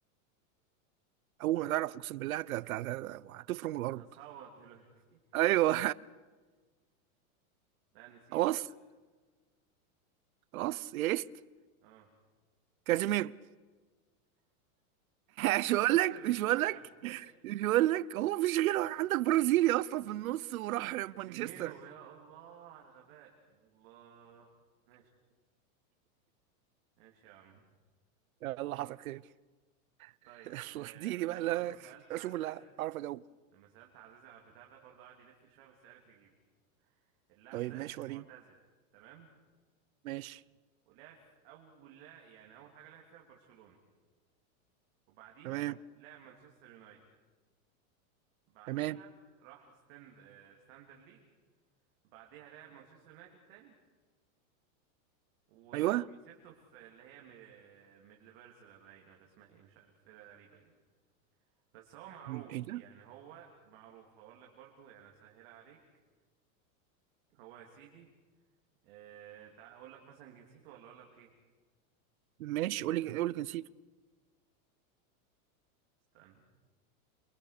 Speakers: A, on the right (about 75°); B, on the right (about 40°).
A: اول
B: نسيت
A: ما تعرف اقسم بالله هت- هت- هت- هتفرم الارض
B: هصوت دلوقتي
A: ايوه
B: لا نسيت
A: <laughs> خلاص
B: بجد.
A: خلاص يئست
B: اه
A: كازيميرو <laughs> مش هقول
B: <laughs> يا
A: لك
B: نهار
A: مش
B: اسود
A: هقول لك
B: على الضحك
A: مش هقول لك هو مفيش غيره عندك برازيلي اصلا في النص وراح مانشستر
B: كازيميرو يا الله على الغباء يا الله ماشي ماشي يا عم
A: يلا حصل خير
B: طيب
A: <laughs> يلا
B: آه
A: اديني
B: لما
A: بقى لا
B: برضه سألت عزازي
A: اشوف اللي اعرف اجاوب
B: لما سألت عزازي على البتاع ده برضه قعد يلف شوية بس عرف يجيبه اللاعب
A: طيب
B: ده
A: ماشي وريني
B: معتزل تمام
A: ماشي
B: ولعب في اول لا يعني اول حاجه لعب فيها برشلونه وبعديها
A: تمام
B: لعب مانشستر يونايتد بعديها
A: تمام
B: راح ستاند آه، ستاندر ليج بعديها لعب مانشستر يونايتد تاني وختم
A: ايوه
B: مسيرته في اللي هي م- ميدلبرزلا باين ولا اسمها ايه مش عارف فرقه غريبه كده بس هو معروف
A: م- ايه ده
B: يعني هو معروف هقول لك برضو يعني اسهل عليك هو يا سيدي آه، تع- اقول لك مثلا جنسيته ولا اقول لك ايه
A: ماشي قول لي قول لي نسيته
B: استنى